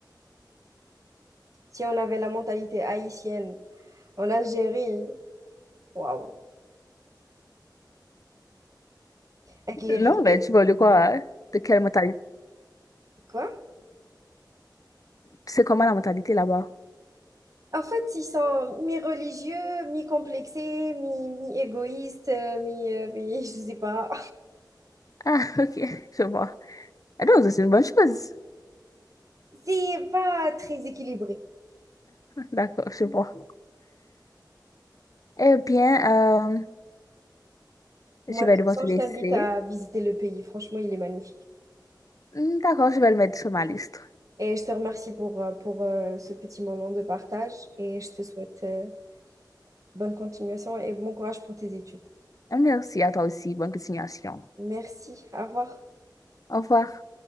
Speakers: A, on the right; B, on the left.
A: Si on avait la mentalité haïtienne en Algérie, waouh, avec les
B: Non,
A: richesses,
B: mais tu vois de quoi? hein? De quelle mentalité?
A: quoi.
B: C'est comment la mentalité là-bas?
A: En fait, ils sont mi-religieux, mi-complexés, mi- mi-égoïstes, mi, euh, mi- <laughs> je sais pas.
B: Ah, <laughs> ok, je vois. Ah, donc, c'est une bonne chose.
A: C'est pas très équilibré.
B: D'accord, je vois. Eh bien, euh,
A: Moi,
B: je
A: de
B: vais
A: toute
B: devoir
A: façon,
B: te
A: je
B: laisser.
A: t'invite à visiter le pays. Franchement, il est magnifique.
B: Hmm, D'accord, je vais le mettre sur ma liste.
A: Et je te remercie pour, euh, pour euh, ce petit moment de partage et je te souhaite euh, bonne continuation et bon courage pour tes études.
B: Ah, Merci à toi aussi. Bonne continuation.
A: Merci, au revoir.
B: Au revoir.